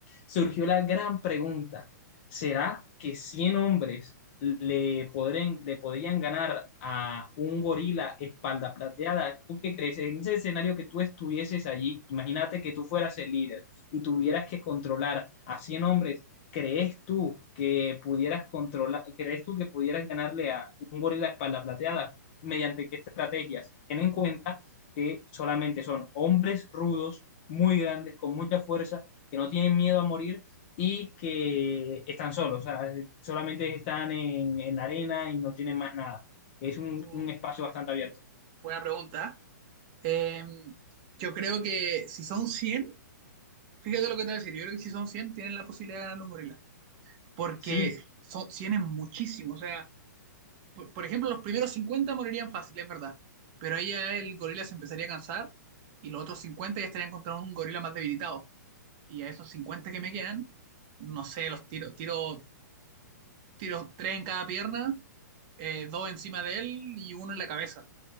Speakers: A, on the left; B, on the right.
A: surgió la gran pregunta, ¿será que 100 hombres le, podrían, le podrían ganar a un gorila espalda plateada? ¿Tú qué crees? En ese escenario que tú estuvieses allí, imagínate que tú fueras el líder y tuvieras que controlar a cien hombres ¿Crees tú que pudieras controlar, crees tú que pudieras ganarle a un gorila espalda plateada? ¿Mediante qué estrategias? Ten en cuenta que solamente son hombres rudos, muy grandes, con mucha fuerza, que no tienen miedo a morir y que están solos, o sea, solamente están en, en la arena y no tienen más nada. Es un,
B: Uh,
A: un espacio bastante abierto.
B: buena pregunta. ¿eh? Eh, yo creo que si son 100, fíjate lo que te voy a decir. Yo creo que si son 100 tienen la posibilidad de ganar un gorila. Porque
A: Sí,
B: son 100 es muchísimo. O sea, por, por ejemplo, los primeros 50 morirían fácil, es verdad. Pero ahí ya el gorila se empezaría a cansar y los otros 50 ya estarían contra un gorila más debilitado y a esos 50 que me quedan, no sé, los tiro, tiro tiro tres en cada pierna, eh, dos encima de él y uno en la cabeza.